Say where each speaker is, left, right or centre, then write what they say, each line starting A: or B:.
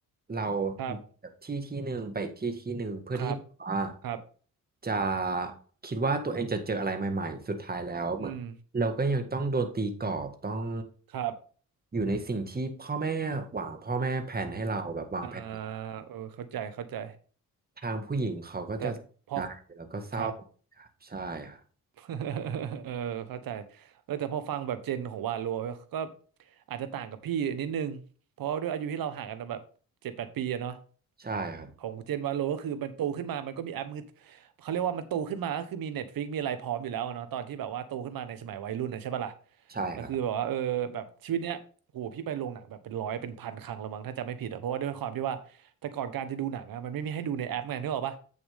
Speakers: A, on the right; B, on the right.
A: เรา
B: ครับ
A: จากที่ที่หนึ่งไปอีกที่ที่หนึ่งเพื่อที่ว่า
B: ครับครับ
A: จะคิดว่าตัวเองจะเจออะไรใหม่ๆสุดท้ายแล้วเหมือนเราก็ยังต้องโดนตีกรอบต้อง
B: อืมครับ
A: อยู่ในสิ่งที่พ่อแม่หวังพ่อแม่แผนให้เราแบบวางแผน
B: อ่าเออเข้าใจเข้าใจ
A: ทางผู้หญิงเขาก็จะใจแล้วก็เศร้าครับ
B: แต่พอครับ
A: ใช่ครับ
B: <laughs> เออ เข้าใจเออแต่พอฟังแบบเจนของวาโลก็อาจจะต่างกับพี่นิดนึง เพราะว่าด้วยอายุที่เราห่างกันแบบเจ็ดแปดปีอะเนาะ
A: ใช่ครับ
B: ของเจนวาโลก็คือมันโตขึ้นมามันก็มีแอปมือเขาเรียกว่ามันโตขึ้นมาก็คือมี Netflix มีอะไรพร้อมอยู่แล้วอะเนาะตอนที่แบบว่าโตขึ้นมาในสมัยวัยรุ่นนะใช่ปะล่ะ
A: ใช่ครับ
B: แต่คือแบบว่าเออแบบชีวิตเนี้ยโหพี่ไปโรงหนังแบบเป็นร้อยเป็นพันครั้งและมั้งถ้าจำไม่ผิดอะเพราะว่าด้วยความที่ว่าแต่ก่อนการจะดูหนังอะมันไม่มีให้ดูในแอปไงนึกออกปะ